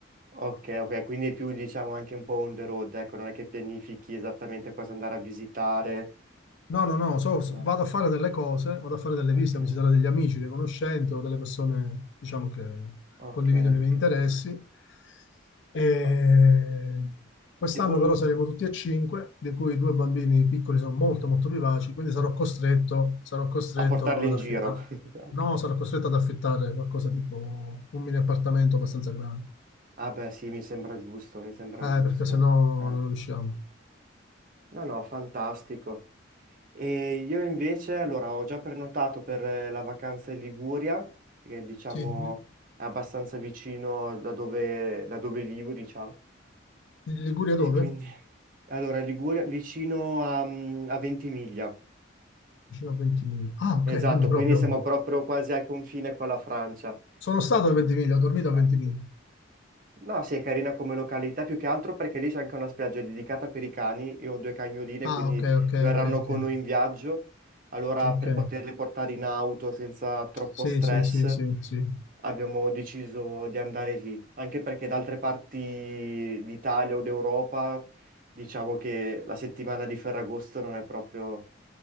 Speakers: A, on the right; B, on the left.
A: ok, ok, quindi è più diciamo anche un po' on the road, ecco, non è che pianifichi esattamente cosa andare a visitare.
B: No, no, no, so- so-
A: Ah,
B: vado a fare delle cose, vado a fare delle
A: ok,
B: visite, a visitare degli amici, dei conoscenti o delle persone, diciamo, che
A: ok,
B: condividono
A: ok.
B: i miei interessi E
A: Ma-
B: quest'anno
A: E com-
B: però saremo tutti e cinque, di cui i due bambini piccoli sono molto molto vivaci, quindi sarò costretto, sarò costretto
A: a portarli
B: ad
A: in
B: affittare,
A: giro. <laughs> anche.
B: no, sarò costretto ad affittare qualcosa tipo un mini appartamento abbastanza grande,
A: Ah beh, sì, mi sembra giusto, mi sembra
B: eh,
A: giusto.
B: perché sennò
A: Eh.
B: non riusciamo.
A: No, no, fantastico. E io invece, allora, ho già prenotato per eh, la vacanza in Liguria, che diciamo
B: Sì, in
A: è abbastanza vicino da dove, da dove vivo, diciamo.
B: Liguria
A: E
B: dove?
A: quindi, allora, Liguria vicino a, mm, a Ventimiglia.
B: Vicino a Ventimiglia. Ah, ok,
A: Esatto,
B: quindi proprio...
A: quindi siamo proprio quasi al confine con la Francia.
B: Sono stato a Ventimiglia,
A: Mm.
B: ho dormito a Ventimiglia.
A: Eh, No, sì, è carina come località, più che altro perché lì c'è anche una spiaggia dedicata per i cani. Io ho due cagnoline,
B: Ah,
A: quindi
B: ok, ok,
A: verranno
B: ok, ok.
A: con noi in viaggio. Allora,
B: Ok.
A: per poterle portare in auto senza troppo
B: Sì,
A: stress,
B: sì, sì, sì, sì.
A: abbiamo deciso di andare lì. Anche perché da altre parti d'Italia o d'Europa, diciamo che la settimana di Ferragosto non è proprio